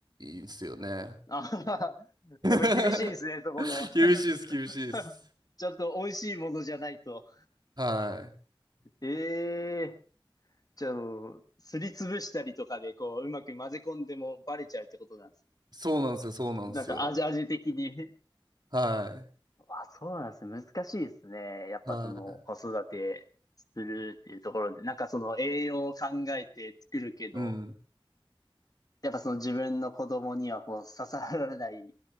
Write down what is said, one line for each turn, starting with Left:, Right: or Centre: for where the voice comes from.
Right: んですよね。
Left: あはは
Right: <laughs>
Left: やっぱ厳しいですね、そこの。
Right: 厳しいです、厳しいです。
Left: <laughs> ちょっと美味しいものじゃないと。
Right: はい。
Left: ええじゃあ、すりつぶしたりとかで、こう、うまく混ぜ込んでもバレちゃうってことなんですね。
Right: そうなんですよ、そうなんですよ。
Left: なんか味、味的に。
Right: はい。
Left: <laughs> あ、そうなんですね。難しいですね。やっぱその子育てするっていうところで、
Right: はい。
Left: なんかその栄養を考えて作るけど、
Right: うん。
Left: やっぱその自分の子供にはこう刺さらない